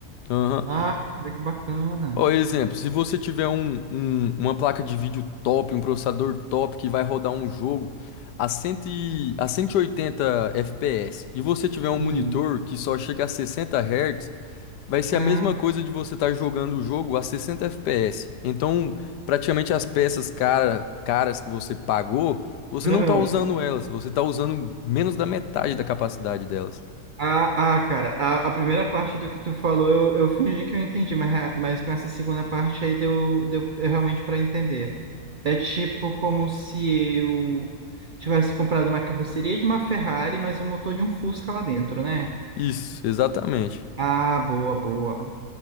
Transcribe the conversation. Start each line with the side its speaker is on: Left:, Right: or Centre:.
Left: Aham.
Right: Ah, cara, que bacana.
Left: Ó, exemplo, se você tiver um, um- uma placa de vídeo top, um processador top que vai rodar um jogo a, 100, e- a 180 FPS e você tiver um monitor
Right: Sim,
Left: que só chega a sessenta Hz, Vai ser
Right: caramba.
Left: a mesma coisa de você estar jogando o jogo a 60 FPS. Então, praticamente as peças cara, caras que você pagou, você
Right: Aham.
Left: não está usando elas, você está usando menos da metade da capacidade delas.
Right: Ah, ah, cara, a, a primeira parte do que tu falou eu, eu fingi que eu entendi, mas, rea- mas com essa segunda parte aí deu, deu realmente para entender. É tipo como se eu tivesse comprado uma carroceria de uma Ferrari, mas o motor de um Fusca lá dentro, né?
Left: Isso, exatamente.
Right: Ah, boa, boa.